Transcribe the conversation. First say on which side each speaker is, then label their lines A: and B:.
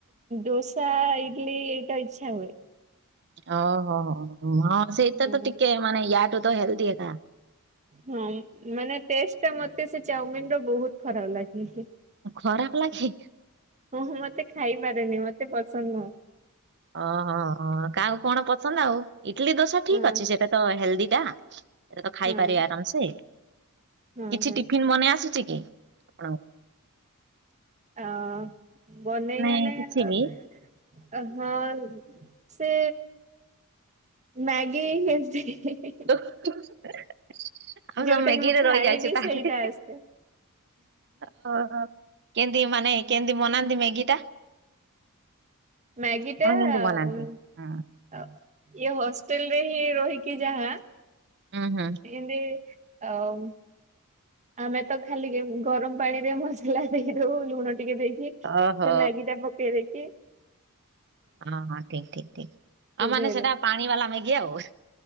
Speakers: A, on the right; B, on the right.
A: ଦୋସା ଇଡ୍ଲି ଏଟା ଇଚ୍ଛା ହୁଏ।
B: ଅ ହ ହ ହ ହଁ ସେଇଟା
A: ହଁ
B: ତ ଟିକେ ମାନେ ୟାଠୁ ତ ହେଲ୍ଦି ଏକା।
A: ହଁ ମାନେ ଟେଷ୍ଟ୍ ଟା ମତେ ସେ ଚାଉମିନ୍ ର ବହୁତ୍ ଖରାପ୍ ଲାଗେ।
B: ଖରାପ ଲାଗେ
A: ଉଁହୁଁ ମତେ ଖାଇପାରେନି ମତେ ପସନ୍ଦ୍ ନୁହଁ।
B: ଅ ହ ହ କାଆକୁ କଣ ପସନ୍ଦ୍ ଆଉ ଇଟ୍ଲିି ଦୋସା ଠିକ୍
A: ହଁ
B: ଅଛି ସେଟା ତ ହେଲ୍ଦି ଟା। ଏ ତ ଖାଇପାରେ
A: ହଁ
B: ଆରାମ ସେ
A: ହଁ
B: କିଛି
A: ହଁ
B: ଟିଫିନ୍ ମନେଇ ଆସୁଛି କି ଆପଣଙ୍କୁ?
A: ହଁ ବନେଇ
B: ନାଇଁ
A: ମାନେ
B: କିଛି
A: ଆ
B: ବି
A: ହଁ ସେ ମ୍ୟାଗି ଏମିତ୍ ହିଁ ହିଁ ହିଁ
B: ଓ ହୋ ହୋ <unintelligible> ଆମେ
A: ଯୋଉଟା
B: ସବୁ ମାଗିରେ
A: କି ମୁଁ ଖାଏନି
B: ରଇ ଯାଇଛୁ ତାହଲେ
A: ସେଇଟା ଆସେ।
B: ଓହୋ। କେନ୍ତି ମାନେ କେନ୍ତି ବନାନ୍ତି ମେଗି ଟା?
A: ମ୍ୟାଗିଟା
B: ଆପଣ କେମିତି ବନାନ୍ତି?
A: ଉମ୍
B: ହଁ।
A: ଆ ଇଏ ହଷ୍ଟେଲ୍ ରେ ହିଁ ରହିକି ଯାହା
B: ଉଁ ହୁଁ।
A: ଇନ୍ତି ଆଉ ଆମେ ତ ଖାଲି ଗରମ୍ ପାଣିରେ ମସଲା ଦେଇଦଉ ଲୁଣ ଟିକେ ଦେଇକି ସେ
B: ଓହୋ
A: ମାଗି ଟା ପକେଇ ଦେଇକି?
B: ଅଁ ହଁ ଠିକ୍ ଠିକ୍ ଠିକ୍
A: ସିଝେଇ
B: ଆଉ ମାନେ ସେଟା
A: ଦଉ।
B: ପାଣି ବାଲା ମେଗି ଆଉ।